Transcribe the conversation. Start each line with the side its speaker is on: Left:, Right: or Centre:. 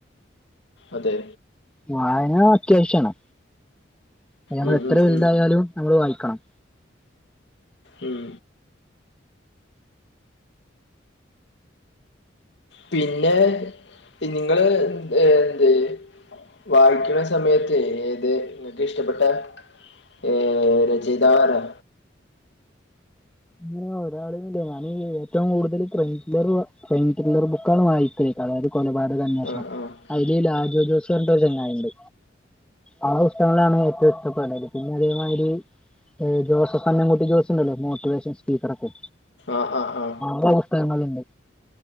Left: അതെ
Centre: വായന അത്യാവ്ശ്യാണ് അയ് ഞമ്മെൾ
Left: ഉം
Centre: എത്ര
Left: ഉം
Centre: വെൽതായാലും
Left: ഉം
Centre: ഞമ്മെൾ വായിക്കെണം
Left: ഉം പിന്നെ പി നിങ്ങെൾ ഏഹ് എന്തെയ് വായിക്ക്ണ സമയത്തെ ഏതെ ഇങ്ങെക്ക് ഇഷ്ടപ്പെട്ടെ ഏഹ് രചെയ്താവ് ആരാ?
Centre: അങ്ങനെ ഒരാൾന്ന് ഇല്ലാ ഞാൻ ഏറ്റവും കൂട്തെൽ ട്രെറ്റ്ലെർ വാ പൈൻ കില്ലെർ ബുക്കാണ് വായിക്കെൽ അതായെത് കൊലപാതക അന്വേഷ്ണം
Left: ആ ആ
Centre: അയിൽ ലാജോ ജോസ് പർൺട്ട് ഒര് ചെങ്ങായി ഇണ്ട് ആ പുസ്തകങ്ങളാണ് ഏറ്റവും ഇഷ്ടപ്പെടെൽ പിന്നെ അതെ മാതിരി ഏഹ് ജോസെഫ് അന്നം കൂട്ടി ജോസ് ഇണ്ടല്ലോ മോട്ടിവേഷൻ സ്പീക്കറൊക്കെ
Left: ആഹ് ആഹ് ആഹ്
Centre: ആളെ പുസ്തകങ്ങെൾ ഇണ്ട്